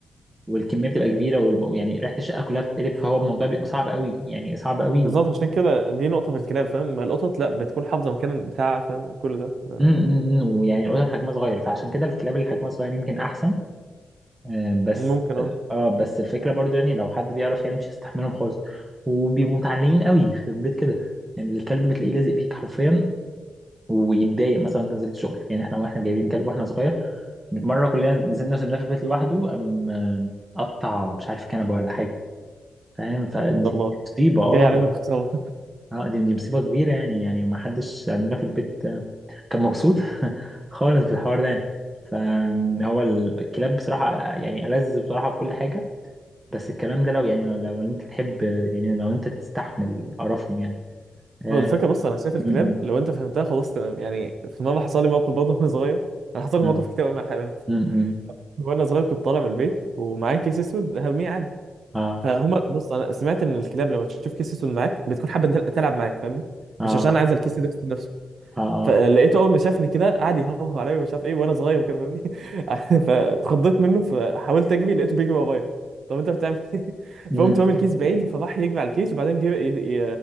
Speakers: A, on the right (about 20°); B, on the right (about 75°).
A: والكميه بتبقى كبيره والم... يعني ريحه الشقه كلها بتتقلب فهو الموضوع بيبقى صعب قوي يعني صعب قوي
B: بالظبط
A: و...
B: عشان كده دي نقطه في الكلاب فاهم ما القطط لا بتكون حافظه مكان بتاعها فاهم وكل ده آه،
A: م- م- م، ويعني القطط حجمها صغير فعشان كده الكلاب اللي حجمها صغير يمكن احسن آه، بس
B: ممكن اه
A: اه آه، بس الفكره برضو يعني لو حد بيعرف يعني مش هيستحملهم خالص وبيبقوا متعلقين قوي يخرب بيت كده يعني الكلب بتلاقيه لازق فيك حرفيا ويتضايق مثلا لو نزلت شغل يعني احنا واحنا جايبين كلب واحنا صغير مره كلنا نزلنا سيبناه في البيت لوحده قام آم، قطع مش عارف كنبه ولا حاجه فاهم فدي
B: يلا
A: مصيبه اه
B: جاي علينا بخساره
A: اه دي دي مصيبه كبيره يعني يعني ما حدش عندنا في البيت آه، كان مبسوط <laughs> خالص بالحوار ده يعني فهو الكلاب بصراحه آه، يعني ألذ بصراحه في كل حاجه بس الكلام ده لو يعني لو, لو انت تحب يعني لو انت تستحمل قرفهم يعني اه
B: هو الفكره بص انا شايف الكلاب
A: م- م-
B: لو انت فهمتها خلاص تمام يعني في مره حصل لي موقف برضه وانا صغير انا حصل لي
A: م-
B: مواقف كتير قوي مع الحيوانات
A: م- م.
B: وانا صغير كنت طالع من البيت ومعايا كيس اسود هرميه عادي
A: اه
B: فهما بص انا سمعت ان الكلاب لما تشوف كيس اسود معاك بتكون حابه تل- تلعب معاك فاهمني
A: اه
B: مش عشان عايز الكيس الاسود نفسه
A: اه اه
B: فلقيته اول ما شافني كده قعد يهوه عليا ومش عارف ايه وانا صغير كده فاهمني <laughs> فاتخضيت منه فحاولت اجري لقيته بيجري ورايا طب انت بتعمل ايه <laughs>
A: م.
B: فقمت رامي الكيس بعيد فراح يجري على الكيس وبعدين جه ي...